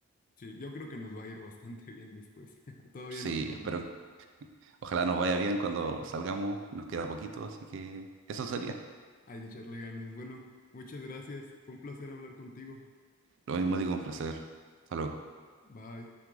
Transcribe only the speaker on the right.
Sí,
espero Ojalá nos vaya bien cuando salgamos, nos queda poquito, así que eso sería.
Lo mismo digo, un placer. Hasta luego.